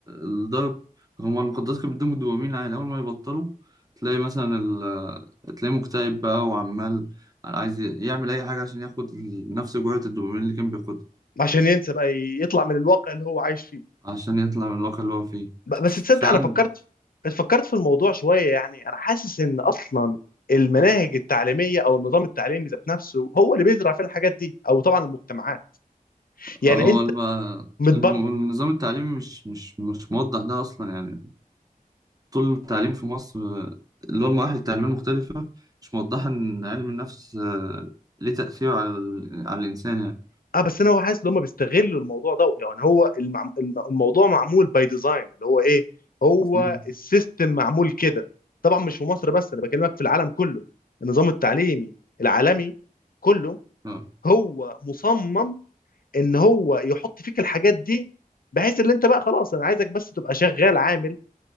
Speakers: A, on the right (about 25°); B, on the left (about 75°).
A: الضرب هم المخدرات كانت بتديهم الدوبامين عالي أول ما يبطلوا تلاقي مثلا ال- تلاقيه مكتئب بقى وعمال عايز يعمل أي حاجة عشان ياخد نفس جرعة الدوبامين اللي كان بياخدها
B: عشان ينسى بقى يطلع من الواقع اللي هو عايش فيه
A: عشان يطلع من الواقع اللي هو فيه
B: ب- بس
A: في
B: تصدق
A: عن
B: انا فكرت فكرت في الموضوع شويه يعني انا حاسس ان اصلا المناهج التعليميه او النظام التعليمي ذات نفسه هو اللي بيزرع فينا الحاجات دي او طبعا المجتمعات
A: هو
B: يعني انت
A: الم-
B: متبرمج
A: الم- النظام التعليمي مش مش مش موضح ده أصلا يعني طول التعليم في مصر اللي هو المراحل التعليمية المختلفة مش موضحة إن علم النفس آه، ليه تأثير على, ال- على الإنسان يعني
B: اه بس انا هو حاسس ان هم بيستغلوا الموضوع ده يعني هو المعم... الم- الموضوع معمول باي ديزاين اللي هو ايه هو
A: مم.
B: السيستم معمول كده طبعا مش في مصر بس انا بكلمك في العالم كله النظام التعليمي العالمي كله
A: اه
B: هو مصمم ان هو يحط فيك الحاجات دي بحيث ان انت بقى خلاص انا عايزك بس تبقى شغال عامل